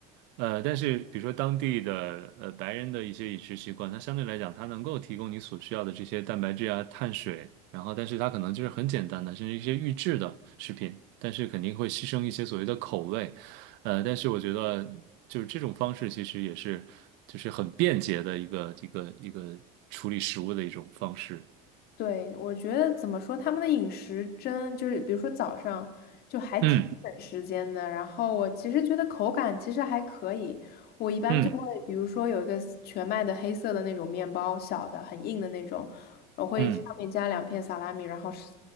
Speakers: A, on the right (about 65°); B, on the left (about 55°).
A: 呃，但是比如说当地的呃白人的一些饮食习惯，它相对来讲，它能够提供你所需要的这些蛋白质啊、碳水，然后但是它可能就是很简单的，甚至一些预制的食品，但是肯定会牺牲一些所谓的口味。呃，但是我觉得就是这种方式其实也是就是很便捷的一个一个一个处理食物的一种方式。
B: 对，我觉得怎么说，他们的饮食真就是，比如说早上就还挺省时间的。
A: 嗯
B: 然后我其实觉得口感其实还可以，我一般就会，
A: 嗯
B: 比如说有一个全麦的黑色的那种面包，小的很硬的那种，我会上面加两片萨拉米，
A: 嗯
B: 然后是